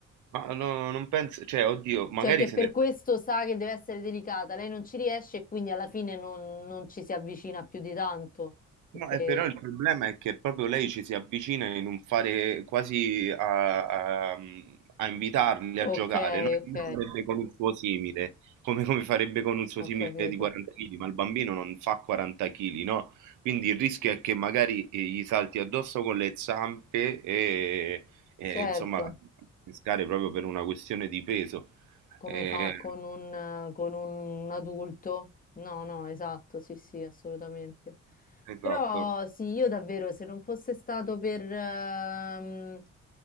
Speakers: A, on the right; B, on the left.
A: Ma no, non penso, cioè, oddio, magari
B: Cioè che
A: se
B: per
A: ne...
B: questo sa che deve essere delicata, lei non ci riesce e quindi alla fine non, non ci si avvicina più di tanto. Perché...
A: No, eh, però il problema è che proprio lei ci si avvicina in un fare quasi a, a- mm, a invitarli a
B: Ok,
A: giocare, non
B: ok,
A: come farebbe con un suo simile, come, come farebbe con un suo
B: ho
A: simile
B: capito.
A: di 40 kg, ma il bambino non fa 40 kg, no? Quindi il rischio è che magari eh, gli salti addosso con le zampe e, e,
B: Certo.
A: insomma, pescare proprio per una questione di peso.
B: come
A: Eh,
B: fa con un, con un adulto. No, no, esatto, sì, sì, assolutamente.
A: esatto.
B: Però sì, io davvero, se non fosse stato per, ehm,